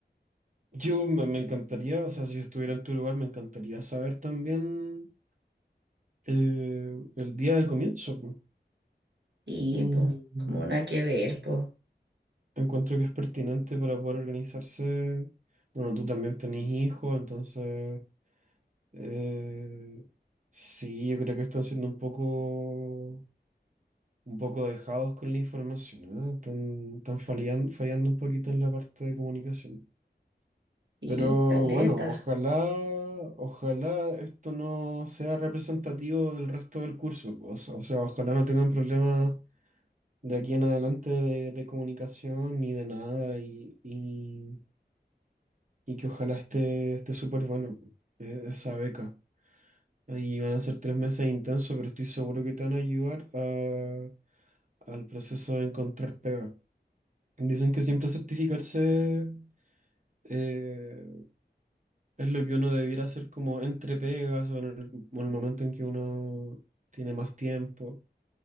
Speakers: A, on the right; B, on the right.
A: yo me, me encantaría, o sea, si yo estuviera en tu lugar, me encantaría saber también eh, el día de comienzo, pues.
B: Y
A: Mm,
B: pues, como nada que ver, pues.
A: encuentro que es pertinente para poder organizarse. Bueno, tú también tenés hijos, entonces eh, sí, yo creo que están siendo un poco un poco dejados con la información, ¿no? Están, están fallan- fallando un poquito en la parte de comunicación.
B: Y
A: Pero
B: caleta.
A: bueno, ojalá, ojalá esto no sea representativo del resto del curso, pues. O sea, ojalá no tengan problemas de aquí en adelante de, de comunicación ni de nada y, y, y que ojalá esté, esté súper bueno, pues, e- esa beca. Ahí van a ser tres meses intensos, pero estoy seguro que te van a ayudar a- al proceso de encontrar pega. Dicen que siempre certificarse eh, es lo que uno debiera hacer como entre pegas o en el, o en el momento en que uno tiene más tiempo,